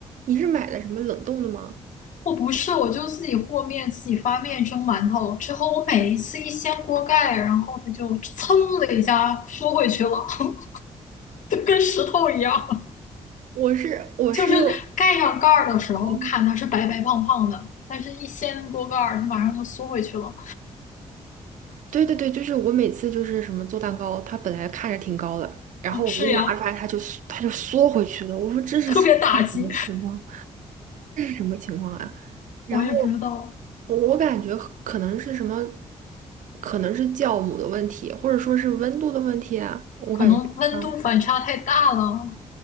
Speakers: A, on the right (about 70°); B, on the left (about 70°).
A: 你是买的什么冷冻的吗？
B: 我不是，我就自己和面，自己发面蒸馒头。之后我每一次一掀锅盖，然后它就噌的一下缩回去了，<laughs> 就跟石头一样。<laughs>
A: 我是我是，
B: 就是盖上盖儿的时候，
A: 哦，
B: 看它是白白胖胖的，但是一掀锅盖儿，它马上就缩回去了。
A: 对对对，就是我每次就是什么做蛋糕，它本来看着挺高的，然后我给你拿出来，
B: 啊，是呀，
A: 它就缩它就缩回去了。我说这是什么情况？
B: 特别打击。
A: 什么情况啊？
B: <laughs>
A: 然后
B: 我也不知道，
A: 我我感觉可能是什么，可能是酵母的问题，或者说是温度的问题啊，我感觉是这样
B: 可能温度反差太大了，